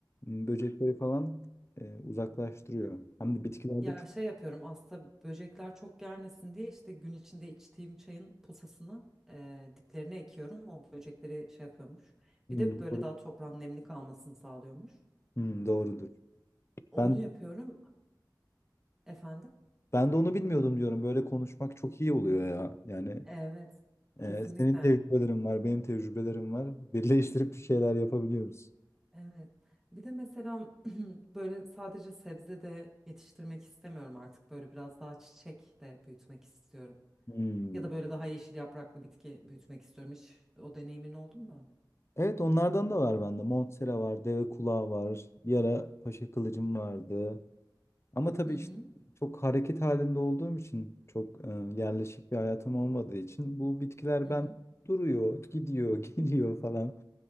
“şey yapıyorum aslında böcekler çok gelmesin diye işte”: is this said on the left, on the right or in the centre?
Centre